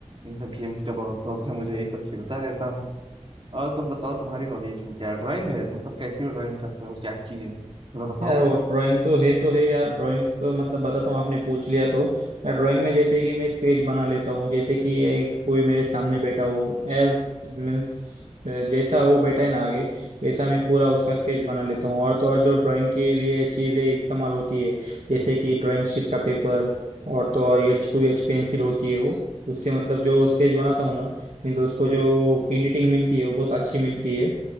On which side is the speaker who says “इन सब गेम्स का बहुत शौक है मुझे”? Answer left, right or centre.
Right